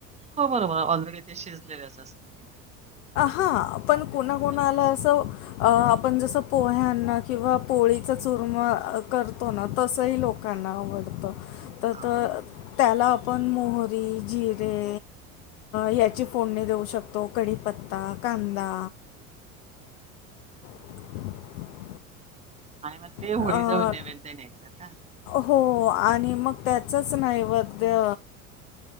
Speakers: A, on the right; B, on the left.
A: हो बरोबर ऑल रेडी ते शिजलेलेच असतात.
B: हा पण कोणा कोणाला
A: हा,
B: असं अ आपण जसं पोह्यांना किंवा पोळीचा चुरम करतो ना तसही
A: हा.
B: लोकांना आवडतं त
A: आवडतं
B: त
A: हा,
B: त्याला आपण मोहरी जिरे याची
A: हा.
B: फोडणी देऊ शकतो कढीपत्ता, कांदा. <inaudible>
A: आणि मग ते होळी
B: अ,
A: जवळ नैवेद न्यायचा का?
B: हो आणि मग त्याचच नैवैद्य